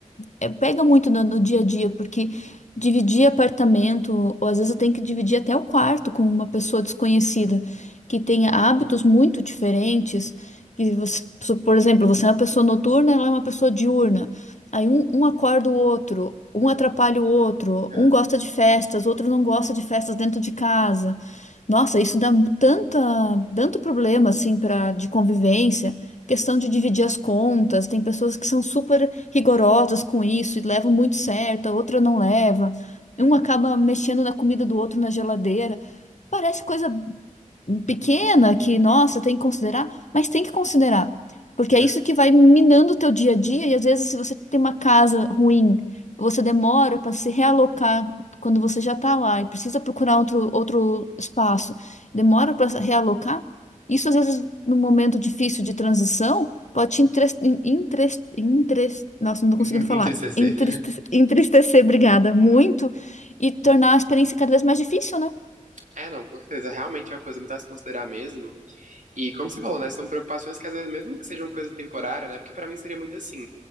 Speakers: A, on the left (about 60°); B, on the right (about 70°).
A: é- pega muito no, no dia a dia, porque dividir apartamento, ou às vezes eu tenho que dividir até o quarto com uma pessoa desconhecida, que tenha hábitos muito diferentes, que você, so- por exemplo, você é uma pessoa noturna, ela é uma pessoa diurna. Aí um, um acorda o outro, um atrapalha o outro,
B: É,
A: um gosta de festas, outro não gosta de festas dentro de casa. Nossa, isso dá tanta, tanto problema assim para de convivência questão de dividir as contas, tem pessoas que são super rigorosas com isso e levam muito certo, a outra não leva. Um acaba mexendo na comida do outro na geladeira. Parece coisa pequena que, nossa, tem que considerar, mas tem que considerar, porque
B: é.
A: é isso que vai minando o teu dia a dia e às vezes se você tem uma casa ruim, você demora para se realocar quando você já está lá e precisa procurar outro, outro espaço, demora para realocar, isso às vezes num momento difícil de transição Pode te entres- entres- entres- nossa, não estou conseguindo
B: <laughs>
A: falar.
B: Entristecer.
A: Entriste- Entristecer, obrigada, muito, e tornar a experiência cada vez mais difícil, né?
B: É, não, com certeza. Realmente é uma coisa muito a se considerar mesmo. E como você falou, né, são preocupações que às vezes, mesmo que sejam coisa temporária, né, porque pra mim seria muito assim,